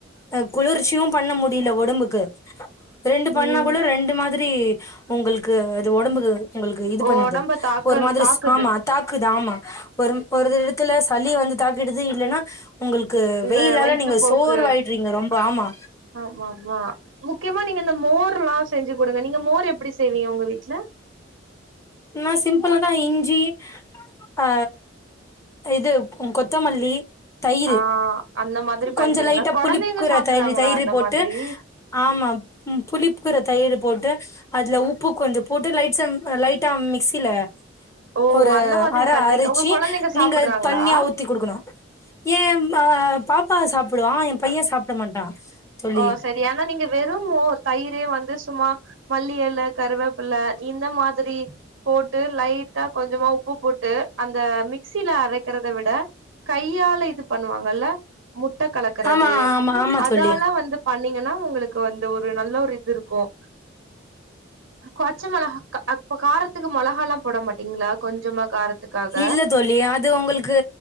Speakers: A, on the left (about 15°); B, on the right (about 70°).
A: அ குளிர்ச்சியு பண்ண முடியல ஒடம்புக்கு ரெண்டு பண்ணா
B: ம்
A: கூட ரெண்டு மாதி ரி உங்களுக்கு அது உடம்புக்கு உங்களுக்கு இது பண்ணுது
B: ஒடம்ப தாக்கல்
A: ஒரு மாதிரி
B: தாக்குது
A: ஆமா தாக்குது ஆமா ஒரு ஒரு இடத்துல சளி வந்து தாக்கிடுது இல்லன்னா உங்களுக்கு
B: இந்த
A: வெயிலால
B: வயித்து
A: நீங்க
B: போக்கு
A: சோர்வாயிடுறீங்க ரொம்ப ஆமா
B: ஆமாம முக்கியமா நீங்க இந்த மோர் லா செஞ்சு கொடுங்க நீங்க மோர் எப்படி செய்வீங்க உங்க வீட்டுல
A: ந சிம்பிள தா இஞ்சி ஆ இது கொத்தமல்லி தயிரு
B: ஆ அந்த மாதிரி
A: கொஞ்சோ
B: பண்றீங்களா
A: லைட்டாக
B: கொழந்தைங்க
A: புளிப்புக்குற
B: சாப்டுறாங்களா
A: தயிர் தயிரு
B: அந்த
A: போட்டு
B: மாதிரி
A: ஆமாம் ம் புளிப்புக்குற தயிர் போட்டு அததுல உப்பு கொஞ்சோ போட்டு லைட்ஸ நா லை ட்ட மிக்ஸில
B: ஓ
A: ஒரு
B: அந்த மாதிரி
A: அரை
B: பண்றீங்க
A: அரிச்சு
B: உங்க கொழந்தைங்க
A: நீங்க
B: சாப்டுறாங்களா
A: தண்ணியா ஊத்தி குடுக்கணு ஏ நா பாப்பா சாப்பிடுவா ஏ பையன் சாப்பிட மாட்டா தோழி
B: ஓ சேரி ஆனா நீங்க வெறும்மோர் தயிரே வந்து சும்மா மல்லி இல கருவேப்பில இந்த மாதிரி போட்டு லைட்டா கொஞ்சமா உப்பு போட்டு த மிக்ஸ்சில அரைக்கிறத விட இத கையால இது பண்ணுவாங்கல்ல முட்டை கலக்கறது
A: ஆமா ஆமா ஆமா
B: அதாலம்
A: தோழி
B: வந் பண்ணீங்கன்னா உங்களுக்கு வந்து ஒரு நல்ல ஒரு இது இருக்கும் பச்ச மொளகா அப்ப காரத்துக்கு மொளக எல்லாம் போட மாட்டீங்களா கொஞ்சமா காரத்துக்காக
A: இல்ல தோழி அது உங்களுக்கு